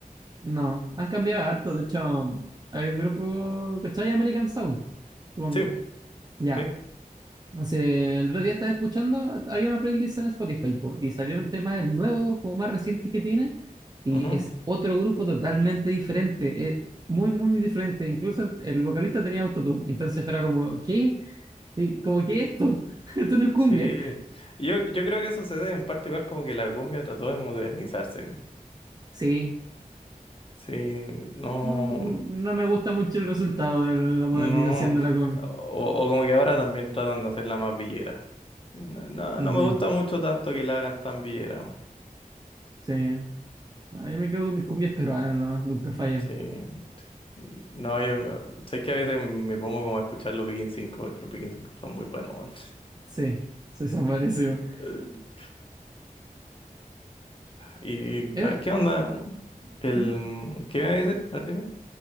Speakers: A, on the right; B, on the left.
A: No, han cambiado harto. De hecho, hay un grupo, ¿cachai? American Sound, supongo.
B: Sí,
A: Ya,
B: sí,
A: Hace- el otro día estaba escuchando, había una playlist en Spotify po, y salieron temas nuevos, como más recientes que tienen, y
B: ujú,
A: es otro grupo totalmente diferente, es muy, muy diferente. Incluso el vocalista tenía autotune, entonces era como, ¿qué? Y Como, ¿qué es esto? <laughs> Esto no es cumbia.
B: sí. Yo, yo creo que eso se debe en parte igual como que la cumbia trató de modernizarse.
A: Sí,
B: Sí, no,
A: no, no me gusta mucho el resultado de la modernización
B: no.
A: de la cumbia.
B: O, o como que ahora también tratan de hacerla más villera. No, no,
A: Ujú,
B: no me gusta mucho tanto que la hagan tan villera.
A: Sí, Ah, yo me quedo con mis cumbias peruanas, nomás, nunca fallan.
B: Sí. No, yo sé que a veces me pongo como a escuchar los Begin cinco porque los Begin cinco son muy buenos, weón.
A: Sí, sí, son buenísimos.
B: <laughs> ¿Y
A: Eh,
B: a ver, qué onda? El,
A: ¿mm?
B: ¿qué me iba a decir? A ver, dime.